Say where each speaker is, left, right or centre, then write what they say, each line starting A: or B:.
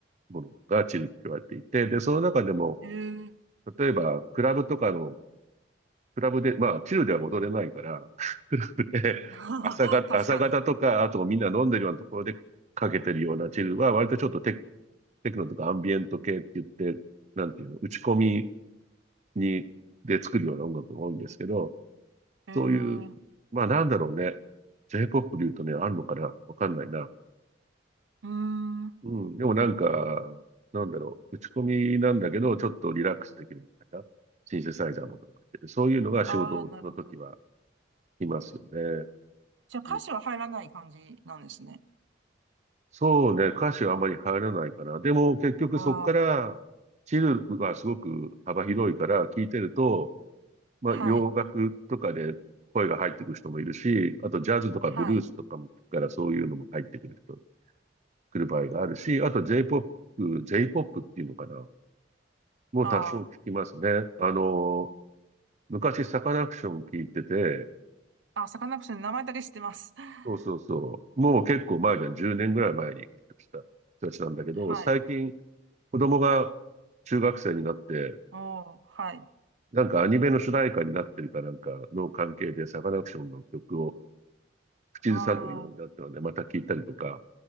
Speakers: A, on the right; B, on the right.
A: ものがチルって言われていて、で、その中でも、
B: ええ
A: 例えば、クラブとかの、クラブで、まあ、チルでは踊れないから、<laughs> クラブで朝が、
B: <laughs> 確かに。
A: 朝方とか、あとみんな飲んでるようなところでかけてるようなチルは、割とちょっとテク、テクノとかアンビエント系って言って、なんていうの、打ち込みに、で作るような音楽が多いんですけど、
B: えー、
A: そういう、まあなんだろうね。J-POP で言うとね、あるのかなわかんないな。
B: うーん。
A: うん。でもなんか、なんだろう。打ち込みなんだけど、ちょっとリラックスできるみたいな。シンセサイザーのとか言ってて、そういうのが仕事の時は
B: ああ、なるほど。
A: いますよね。
B: じゃあ歌詞は入らない感じなんですね。
A: うん、そうね。歌詞はあまり入らないかな。でも結局そこから、
B: ああ、
A: チルはすごく幅広いから聞いてると、まあ洋楽とかで声が入ってくる人もいるし、
B: はい。
A: あとジャズとかブルースとかも聞くからそういうのも入ってくる人、
B: はい。
A: 来る場合があるし、あと J-POP、J-POP っていうのかな。もう多少聞きますね。
B: あ
A: あの、昔サカナクション聞いてて、
B: あ、あ、サカナクションの名前だけ知ってます。<laughs>
A: そうそうそう。もう結構前じゃん、10年ぐらい前に来た人たちなんだけど、
B: はい。
A: 最近子供が中学生になって、
B: おー、はい。
A: なんかアニメの主題歌になってるかなんかの関係でサカナクションの曲を口ずさんでるようになったので、
B: ああ、
A: また聞いたりとか、